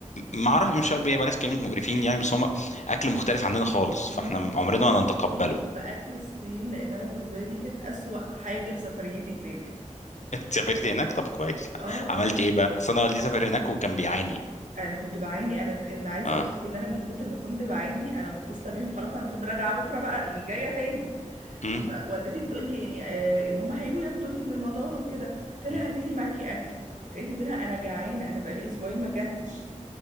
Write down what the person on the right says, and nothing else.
ما تفكرنيش
باكل الصين لان انا بالنسبه لي دي كانت اسوأ حاجه في سفريتي هناك
اه
لا
انا كنت بعاني انا ان عايزه
اقول لك ان انا من كتر ما كنت بعاني انا متصله بيهم خلاص انا المفروض راجعه بكره بقى يعني جايه تاني
فوالدتي بتقول لي يعني آه ان هم هيجوا ياخدوني من المطار وكده قلت لها
هاتي لي معاكي اكل قالت لي قلت لها انا جعانه انا بقالي اسبوعين ما اكلتش